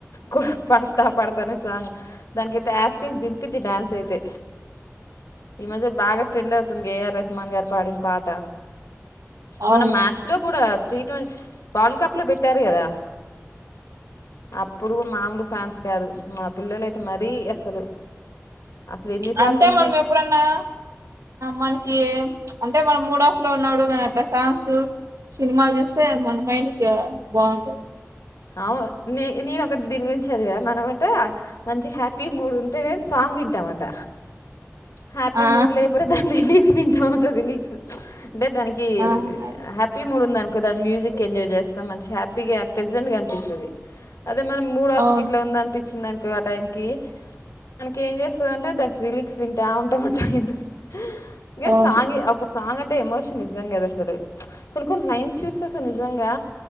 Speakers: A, on the left; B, on the right.
A: కు పడతా పడతనే సాంగ్ దానికైతే యాస్టీజ్ దింపిద్ది డ్యాన్స్ అయితే. ఈ మధ్య బాగ ట్రెండ్ అవుత్ తున్ గేయర్ తమన్ గారు పాడిన పాట
B: అవును
A: మనం మ్యాచ్ లో కూడా, టీ ట్వంటీ వరల్డ్ కప్లో పెట్టారు, కదా అప్పుడు మాములు ఫ్యాన్స్ కాదు మా పిల్లలయితే మరీ అసలు, అసలు ఎన్నిసార్లు
B: అంతే
A: విన్నా
B: మనం ఎప్పుడన్నా మన అంటే మనం మూడ్ ఆఫ్ లో ఉన్నాడు, కానీ అట్లా సాంగ్స్ సినిమాలు చూస్తే మన మైండ్ బా బాగుంటాది.
A: అవు ని నేను ఒకటి దీని గురించి, చదివా మనం అట మంచి హ్యాపీ మూడ్ ఉంటే నే సాంగ్ వింటాం అట, హ్యాపీ
B: ఆ
A: మూడు లేపోతే దాని, వింటా ఉంటే రిలీఫ్, అంటే దానికి
B: ఆ
A: హ్యాపీ మూడ్ ఉందాని, దాని మ్యూజిక్ ఎజాయ్ చేస్తాం మంచి హ్యాపీగా ప్రేజెంట్ గా, పీస్తది, అదే మనం మూడ్ ఆఫ్
B: అవును
A: గిట్ల ఉందా అనిపించిందాని, ఆ టైమ్ కి మనకి ఏం చేస్తుంది, అంటే దానికి రిలీక్స్ వింటా ఉంటా అట ఎందుకు, ఇగా
B: అవును
A: సాంగ్ గే ఒక సాంగ్, అంటే ఎమోషన్ నిజంగా అది అసలు, కొన్ని కొన్ని లైన్స్ చూస్తే అసలు నిజంగా,